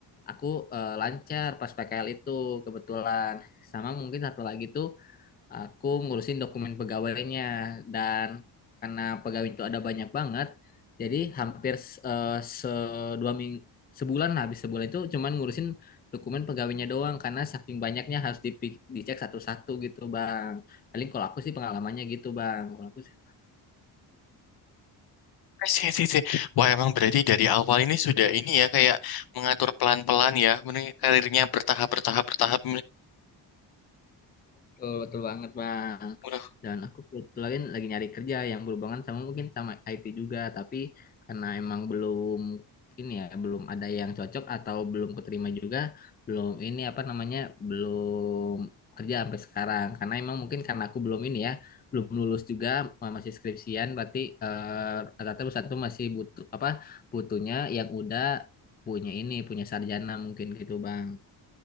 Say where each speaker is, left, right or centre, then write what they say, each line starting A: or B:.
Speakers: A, on the left; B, on the left.
A: aku eh, lancar pas PKL itu kebetulan sama mungkin satu lagi tuh aku ngurusin dokumen pegawainya dan karena pegawai itu ada banyak banget jadi hampir eh, se dua minggu sebulan lah, habis sebulan itu cuman ngurusin dokumen pegawainya doang karena saking banyaknya harus dipi- dicek satu-satu gitu bang paling kalau aku sih pengalamannya gitu bang kalau aku sih
B: Sih, sih, sih. Wah, emang berarti dari awal ini sudah ini ya kayak mengatur pelan-pelan ya, Ini karirnya bertahap bertahap bertahap.
A: Betul, betul banget Bang.
B: Udah.
A: Dan aku kebetulan lagi nyari kerja yang berhubungan sama mungkin sama IT juga, tapi karena emang belum ini ya, belum ada yang cocok atau belum keterima juga, belum ini apa namanya, belum kerja sampai sekarang. Karena emang mungkin karena aku belum ini ya, belum lulus juga eh, masih skripsian, berarti eh, rata-rata perusahaan tuh masih butuh apa butuhnya yang udah punya ini, punya sarjana mungkin gitu Bang.